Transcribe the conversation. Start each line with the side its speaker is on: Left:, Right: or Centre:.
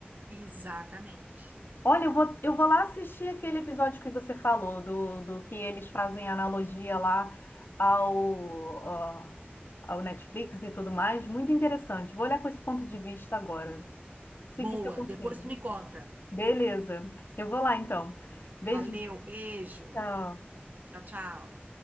Right: Exatamente.
Left: Olha, eu vou, eu vou lá assistir aquele episódio que você falou, do, do que eles fazem analogia lá ao, ah, ao Netflix e tudo mais. Muito interessante. Vou olhar com esse ponto de vista agora. Seguir
Right: Boa,
Left: seu conselho.
Right: depois tu me conta.
Left: Beleza. Eu vou lá então. Beijinho.
Right: Valeu, beijo.
Left: Tchau.
Right: Tchau, tchau.